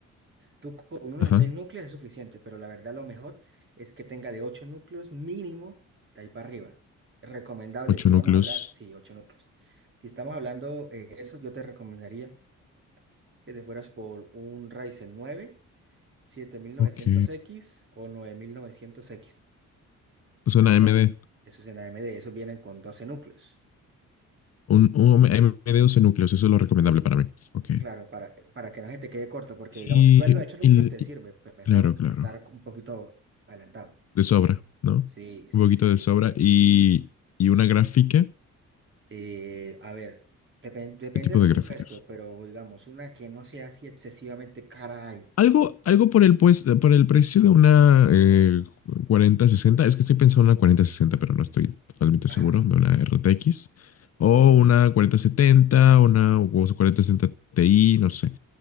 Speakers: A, on the right; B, on the left.
A: tú con uno
B: Ajá,
A: de seis núcleos es suficiente, pero la verdad lo mejor es que tenga de ocho núcleos mínimo de ahí para arriba. Recomendable,
B: ocho
A: si vamos
B: núcleos.
A: a hablar, sí, ocho núcleos. Si estamos hablando eh, de eso, yo te recomendaría que te fueras por un Ryzen nueve siete mil novecientos
B: Ok.
A: x o nueve mil novecientos x
B: Usa una
A: Eso,
B: AMD,
A: eso es en AMD, esos vienen con 12 núcleos.
B: un, un AMD 12 núcleos, eso es lo recomendable para mí. Ok.
A: Claro, para, para que no se te quede corto, porque
B: Y,
A: digamos, si tú lo has hecho núcleos,
B: y-
A: te sirve,
B: y-
A: pero mejor
B: claro, claro,
A: estar un poquito adelantado.
B: de sobra, ¿no?
A: Sí, sí,
B: Un poquito
A: sí,
B: de
A: sí.
B: sobra y, y una gráfica.
A: Eh, a ver, depen- depende
B: ¿Qué tipo
A: del
B: de
A: presupuesto,
B: gráficas?
A: pero digamos, una que no sea así excesivamente caray.
B: Algo, algo por el, pues, por el precio de una eh, cuarenta sesenta Es que estoy pensando en una cuarenta sesenta pero no estoy totalmente
A: Ajá,
B: seguro. De una RTX. O una cuarenta setenta una o 4060 Ti, no sé.